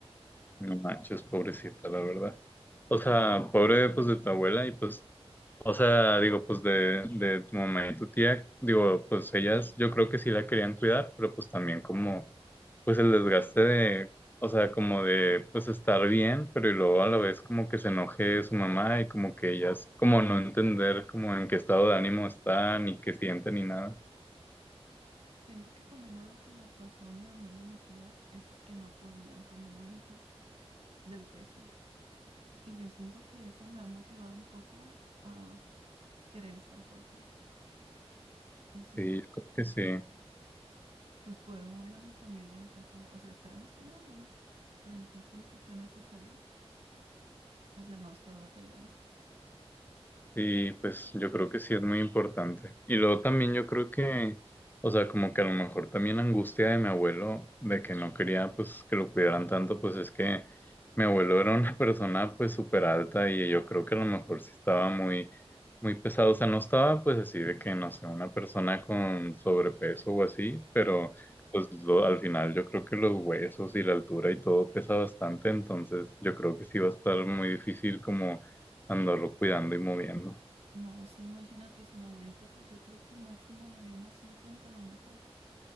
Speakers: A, on the left; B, on the right.
A: no manches, pobrecita, la verdad. O sea, pobre pues de tu abuela y pues O sea, digo, pues de, de tu mamá y tu tía, digo, pues ellas yo creo que sí la querían cuidar, pero pues también como, pues el desgaste de, o sea, como de, pues estar bien, pero y luego a la vez como que se enoje su mamá y como que ellas, como no entender como en qué estado de ánimo están y qué sienten y nada.
B: Siento que también algo que le pasó a mi mamá y a mi tía es que no podían con mi abuelita del peso. Y yo siento que eso me ha motivado un poco a querer estar fuerte. O sea,
A: Sí,
B: co-
A: yo creo que sí.
B: pues poder mover a mi familia en caso, o sea, esperemos que no, ¿verdad? Pero en caso de que sea necesario, o sea, no estar batallando.
A: Sí, pues yo creo que sí es muy importante. Y luego también yo creo que, o sea, como que a lo mejor también la angustia de mi abuelo de que no quería pues que lo cuidaran tanto, pues es que mi abuelo era una <laughs> persona pues súper alta y yo creo que a lo mejor sí estaba muy, muy pesado. O sea, no estaba pues así de que, no sé, una persona con sobrepeso o así, pero pues lo- al final yo creo que los huesos y la altura y todo pesa bastante, entonces yo creo que sí va a estar muy difícil como andarlo cuidando y moviendo.
B: No, sí, imagínate, si mi abuelita, pues yo creo que máximo me dio unos 50 a lo mejor.